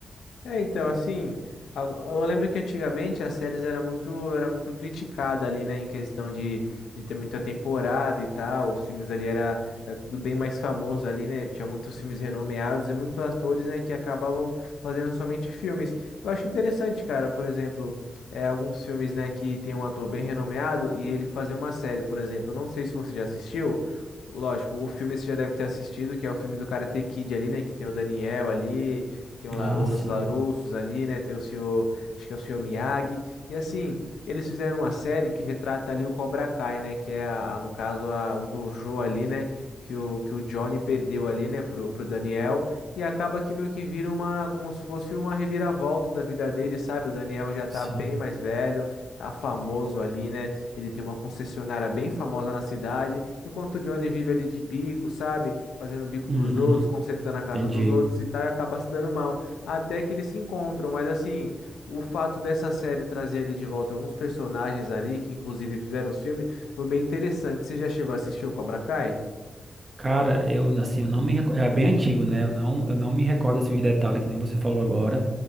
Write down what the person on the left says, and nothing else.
É, então, assim, ago- eu lembro que antigamente as séries era muito, era muito criticada ali, né, em questão de, de ter muita temporada e tal, os filmes ali era, era tudo bem mais famoso ali, né, tinha muitos filmes renomeados e muitos atores, né, que acabavam fazendo somente filmes. Eu acho interessante, cara, por exemplo, é, alguns filmes, né, que tem um ator bem renomeado e ele fazer uma série, por exemplo, não sei se você já assistiu, Lógico, o filme você já deve ter assistido, que é o filme do Karate Kid ali, né? Que tem o Daniel ali. Tem o La-
os
Larusos ali, né? Tem o senhor, acho que é o senhor Miyagi. E assim, eles fizeram uma série que retrata ali o Cobra Kai, né? Que é, a, a- no caso, a, o dojo ali, né? Que o, que o Johnny perdeu ali, né? Pro, pro Daniel. E acaba que meio que vira uma, como se fosse uma reviravolta da vida dele, sabe? O Daniel já tá
bem mais velho, tá famoso ali, né? Ele tem uma concessionária bem famosa na cidade. Enquanto o Johnny vive ali de bico, sabe? Fazendo bico
pros outros, consertando a casa
dos outros e tal, e acaba se dando mal. Até que eles se encontram, mas assim, o fato dessa série trazer ali de volta alguns personagens ali, que inclusive fizeram os filmes, foi bem interessante. Você já chegou a assistir o Cobra Kai?